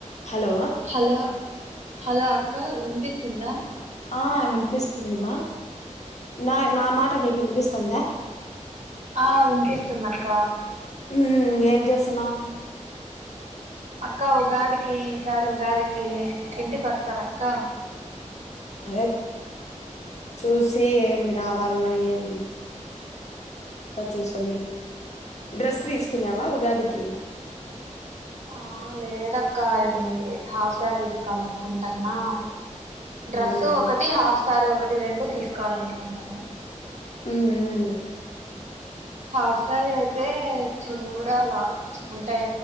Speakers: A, on the left; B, on the right.
A: Hello
B: hello hello అక్క వినిపిస్తుందా
A: ఆ వినిపిస్తుందిమ్మా నా నా మాట నీకు వినిపిస్తుందా
B: ఆ వినిపిస్తుందిక్క
A: ఉమ్ ఏం చేస్తున్నావు
B: అక్క ఉగాదికి ఈసారి ఉగాదికి ఇంటికిొస్తారు అక్క
A: అదే చూసి ఏమి రావాలన్నా ఏమిని అలా చూసుకున డ్రెస్ తీసుకున్నావా ఉగాదికి
B: ఆ లేదక్క ఇది హాఫ్ సార్ తీసుకోవాలి అనుకుంటాన్నా డ్రెస్
A: అవునా
B: ఒకటి హాఫ్ శారీ ఒకటి రెండు తీసుకోవాల అనుకుంటాను
A: మ్మ్మ్మ్
B: హాఫ్ సారీ అయితే చూడాలా అంటే